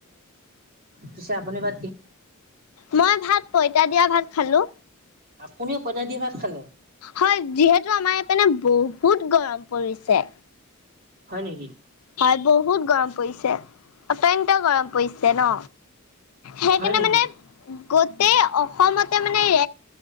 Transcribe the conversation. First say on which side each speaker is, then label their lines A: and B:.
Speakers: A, on the right (about 45°); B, on the left (about 75°).
A: পিছে আপুনি বা।
B: মই ভাত পইতা দিয়া ভাত খালো
A: আপুনিও পইতা দি ভাত খালে
B: হয় যিহেতু আমাৰ ইয়াত মানে বহুত গৰম পৰিছে
A: হয় নেকি?
B: হয় বহুত গৰম পৰিছে অত্যন্ত গৰম পৰিছে ন সেইকাৰণে
A: হয় নেকি
B: মানে গোটেই অসমতে মানে